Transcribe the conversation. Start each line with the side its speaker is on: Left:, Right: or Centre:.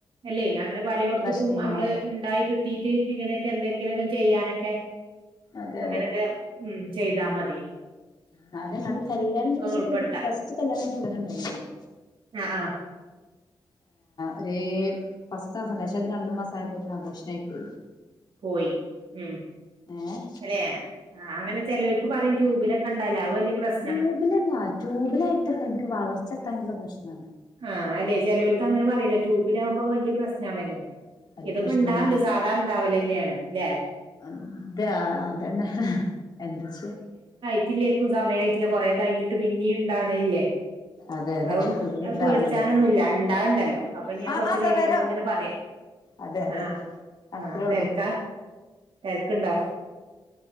Right: എല്ലേ അങ്ങനെ പലോട്‌ത്ത്‌ക്കും
Left: പ്രശ്നമാണ്
Right: അമ്മള് ഇണ്ടായി ക് <unintelligible> ഇങ്ങനെയൊക്കെ എന്തെക്കിലൊക്കെ ചെയ്യാനൊക്കെ
Left: അതെ
Right: അങ്ങനൊക്കെ
Left: അതെ
Right: ഉം. ചെയ്താമതി.
Left: ആ അതന്നെ അത് കല്യാണം ചോദിച്ചിട്ട്
Right: ഉൾപ്പെടുത്താം
Left: ഫസ്റ്റ് കല്യാണയ്റ്റ് ഉടനെണ്ടായിരുന്നു
Right: ആഹ് ആഹ്
Left: ഒരു ഫസ്റ്റ് മാസ്ണ്ടയിനിം പക്ഷേ അത് രണ്ടു മാസം ആയപ്പോ തന്നെ അബോർഷന ആയി പോയി
Right: പോയി ഉം
Left: ഏഹ്
Right: അല്ലെ ആഹ അങ്ങനെ ചെലോൽക്ക് പറയും ടൂബിലൊക്കെണ്ടല്ല അയ് വല്യ പ്രശ്
Left: ട്യൂബിലല്ല ട്യൂബിലായിട്ടല്ല എൻക്ക് വളർച്ചെത്താനുള്ള പ്രശ്നാണ്.
Right: ആഹ് അല്ലെ ചെലോൽക്ക് അങ്ങനെ പറയോലോ ട്യൂബിലാകുമ്പോ വല്യപ്രശ്ന ആണല്ലോ
Left: വല്യ
Right: ഇത്പ്പ
Left: പ്രശ്നാണ്
Right: ഇണ്ടവ്ണ്ട്. രണ്ടാവല തന്നെയാണ്ല്ലേ
Left: അതെ അതന്നെ എന്താ ചെ
Right: റ്റില്ലരിക്കും സമയ ആയിറ്റില്ല കൊറെ കഴിഞ്ഞിട്ട് പിന്നെയ ഉണ്ടാണ്ല്ലേ
Left: അതെ അതെ
Right: അും
Left: പിന്നെ
Right: അത്
Left: ഇണ്ടാവണില്ലേ
Right: പേടിച്ചാനൊന്നുല്ല ഉണ്ടാവണ്ടല്ലോ അപ്പൊ ഞാൻ
Left: ആ
Right: കൊറച്ച
Left: ആ താ
Right: കഴിഞ്ഞ്
Left: വരാം
Right: നമ്മള ഇങ്ങനെ പറയാ
Left: അതെ അതെ
Right: ആഹ്
Left: അത്രേ
Right: ആഹ്
Left: ഉള്ളൂ
Right: തെരക്കാ? തെര്ക്കുണ്ടോ?